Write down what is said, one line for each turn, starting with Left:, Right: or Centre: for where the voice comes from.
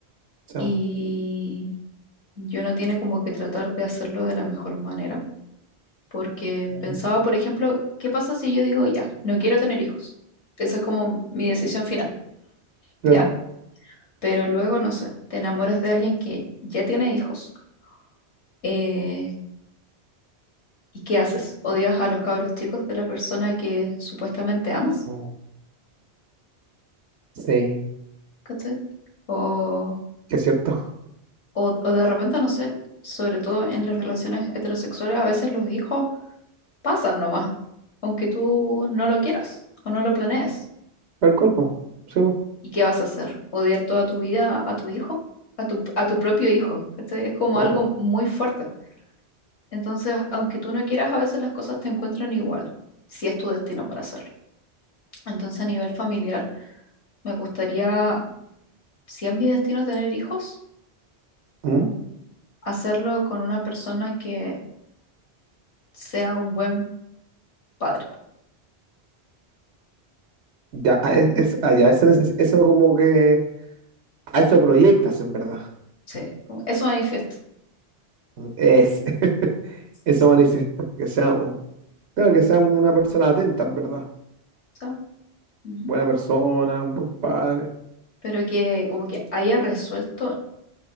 Right: sí.
Left: Y yo no tiene como que tratar de hacerlo de la mejor manera, porque
Right: Ujú,
Left: pensaba, por ejemplo, ¿qué pasa si yo digo ya, no quiero tener hijos? Esa es como mi decisión final,
Right: Claro.
Left: ¿ya? Pero luego, no sé, te enamoras de alguien que ya tiene hijos. eh, ¿Y qué haces? ¿Odias a los cabros chicos de la persona que supuestamente amas?
Right: Mm, Sí,
Left: ¿Cachai? O,
Right: que es cierto.
Left: o, o de repente, no sé, sobre todo en las relaciones heterosexuales, a veces los hijos pasan nomás, aunque tú no lo quieras o no lo planees.
Right: Tal cual, po. Sí, po.
Left: ¿Y qué vas a hacer? ¿Odiar toda tu vida a tu hijo? A tu, a tu propio hijo, ¿cachai? Es como
Right: Oh.
Left: algo muy fuerte. Entonces, aunque tú no quieras, a veces las cosas te encuentran igual, si es tu destino para hacerlo. Entonces, a nivel familiar, me gustaría si es mi destino tener hijos,
Right: ¿Mm?
Left: hacerlo con una persona que sea un buen padre.
Right: Ya, ah, es, es- ah, ya, eso, neces- eso como que... A eso proyectas, en verdad.
Left: Sí, como- eso manifiesto.
Right: Mm, Es, <laughs> eso
Left: Sí,
Right: manifiesta. Que sea un... Claro, que sea una persona atenta, en verdad.
Left: so- ujú.
Right: Buena persona, un buen padre.
Left: Pero que como que haya resuelto